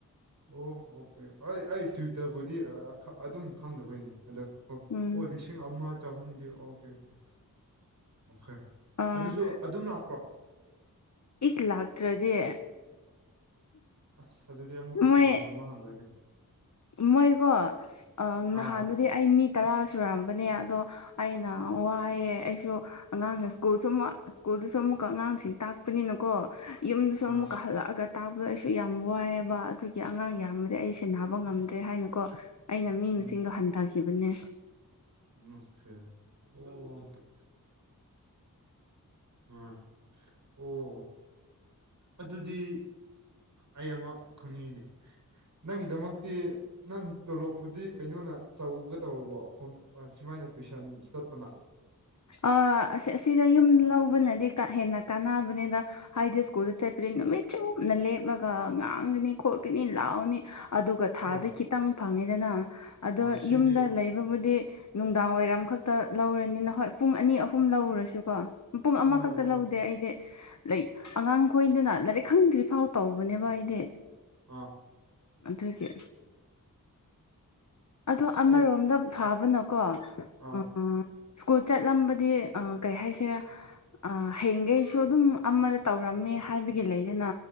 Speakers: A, on the right; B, on the left.
A: ꯑꯣ ꯑꯣꯀꯦ ꯑꯩ ꯑꯩ ꯇ꯭ꯋꯤꯇꯔꯕꯨꯗꯤ ꯑꯗꯨꯝ ꯈꯪꯗꯕꯩꯅꯦ ꯑꯗꯣ ꯑꯣ
B: ꯎꯝ
A: ꯑꯣ ꯂꯤꯁꯤꯡ ꯑꯃ ꯆꯍꯨꯝꯗꯤ ꯑꯣꯀꯦꯀꯦ ꯑꯣ ꯐꯦ
B: ꯑ
A: ꯑꯗꯨꯁꯨ ꯑꯗꯨꯝ ꯂ
B: ꯑꯩꯁ ꯂꯥꯛꯇ꯭ꯔꯗꯤ
A: ꯑꯁ ꯑꯗꯨꯗꯤ ꯑꯃꯨꯛꯀ
B: ꯃꯣꯏ
A: ꯀꯣꯏꯁꯟ ꯑꯃ ꯍꯪꯂꯒꯦ
B: ꯃꯣꯏꯀꯣ ꯅꯍꯥꯟꯗꯨꯗꯤ
A: ꯑꯥ
B: ꯑꯩ ꯃꯤ ꯇꯔꯥ ꯁꯨꯔꯑꯝꯕꯅꯦ ꯑꯗꯣ ꯑꯩꯅ ꯋꯥꯏꯌꯦ ꯑꯩꯁꯨ ꯑꯉꯥꯡꯅ ꯁ꯭ꯀꯨꯜ ꯁꯨ ꯑꯃꯨꯛ ꯁ꯭ꯀꯨꯜꯗꯨꯁꯨ ꯑꯃꯨꯛꯀ ꯑꯉꯥꯡꯁꯤꯡ ꯇꯥꯛꯄꯅꯤꯅꯀꯣ ꯌꯨꯝꯗꯁꯨ
A: ꯑꯥ
B: ꯑꯃꯨꯛ ꯀꯥ ꯍꯜꯂꯛꯑꯒ ꯇꯥꯛꯕꯗꯣ ꯑꯩꯁꯨ ꯌꯥꯝ ꯋꯥꯏꯑꯦꯕ ꯑꯗꯨꯒꯤ ꯑꯉꯥꯡ ꯌꯥꯝꯃꯗꯤ ꯑꯩ ꯁꯦꯟꯅꯕ ꯉꯝꯗ꯭ꯔꯦ ꯍꯥꯏꯅ ꯀꯣ ꯑꯩꯅ ꯃꯤ
A: ꯎꯝ
B: ꯃꯁꯤꯡꯗꯣ ꯍꯟꯊꯒꯦ ꯁꯤꯕꯨꯅꯦ
A: ꯑꯣꯦ ꯑꯣ ꯑꯥ ꯑꯣ ꯑꯗꯨꯗꯤ ꯑꯩ ꯑꯃ ꯈꯪꯅꯤꯡꯉꯤꯅꯤ ꯅꯪꯒꯤꯗꯃꯛꯇꯤ ꯅꯪ ꯇꯣꯂꯣꯞꯄꯨꯗꯤ ꯀꯩꯅꯣꯅ ꯆꯧꯒ ꯇꯧꯔꯕꯣ ꯑꯩꯈꯣꯏ ꯁꯨꯃꯥꯏꯅ ꯇꯨꯋꯏꯁꯟ ꯆꯠꯄꯅ
B: ꯑ ꯑꯁꯤꯗ ꯌꯨꯝ ꯂꯧꯕꯅꯗꯤ ꯍꯦꯟꯅ ꯀꯥꯟꯅꯕꯅꯤꯗ ꯍꯥꯏꯗꯤ ꯁ꯭ꯀꯨꯜꯗ ꯆꯠꯄꯁ ꯅꯨꯃꯤꯠ ꯆꯨꯞꯅ ꯂꯦꯞꯂꯒ ꯉꯥꯡꯒꯅꯤ ꯈꯣꯠꯀꯅꯤ ꯂꯥꯎꯅꯤ ꯑꯗꯨꯒ ꯊꯥꯗ
A: ꯍꯣꯏ
B: ꯈꯤꯇꯪ ꯐꯪꯉꯤꯗꯅ ꯑꯗꯣ
A: ꯍꯣꯏ ꯁꯤꯗꯤ
B: ꯌꯨꯝꯗ ꯂꯩ ꯑꯗꯨꯕꯨꯗꯤ ꯅꯨꯡꯗꯥꯡ ꯋꯥꯏꯔꯝꯈꯛꯇ ꯂꯧꯔꯅꯤꯅ ꯍꯣꯏ ꯄꯨꯡ ꯑꯅꯤ ꯑꯍꯨꯝ ꯂꯧꯔꯁꯨꯀꯣ ꯄꯨꯡ ꯑꯃꯈꯛꯇ
A: ꯑꯣ ꯑꯣ
B: ꯂꯧꯗꯦ ꯑꯩꯗꯤ ꯂꯩ ꯑꯉꯥꯡ ꯑꯩꯈꯣꯏꯗꯨꯅ ꯂꯥꯏꯔꯤꯛ ꯈꯪꯗ꯭ꯔꯤꯐꯥꯎ ꯇꯧꯕꯅꯦꯕ ꯑꯩꯗꯤ
A: ꯑꯥ
B: ꯑꯗꯨꯒꯤ ꯑꯗꯣ
A: ꯑꯁ
B: ꯑꯃꯔꯣꯝꯗ
A: ꯑꯩ
B: ꯐꯥꯕꯅꯣꯀꯣ
A: ꯑꯥ
B: ꯎ ꯆꯠꯂꯝꯕꯗꯤ ꯀꯩ ꯍꯥꯏꯁꯤꯔꯦ ꯍꯌꯦꯡꯈꯩꯁꯨ ꯑꯗꯨꯝ ꯑꯃꯗ ꯇꯧꯔꯝꯃꯦ ꯍꯥꯏꯕꯒꯤ ꯂꯩꯗꯅ